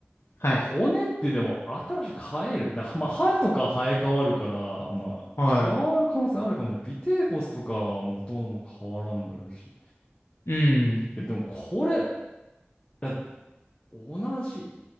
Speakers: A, on the left; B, on the left.
A: はい。
B: 骨ってでも、新しく生える。な、まあ、歯とか生え変わるから、まあ、
A: は
B: 変わる可能性あるかもしれない。尾てい骨とかは元々も変わらんだろうし。い
A: い。うん。
B: や、でもこれ、いや同じ。